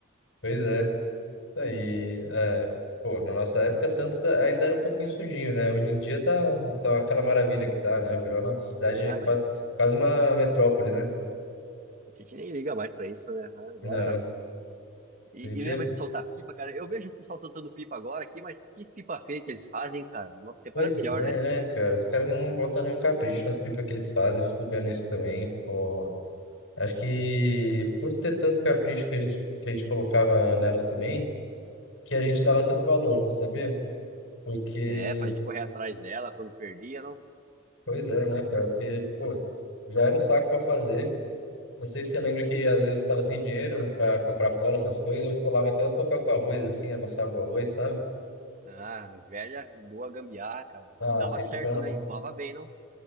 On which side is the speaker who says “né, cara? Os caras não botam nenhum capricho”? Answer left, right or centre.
Left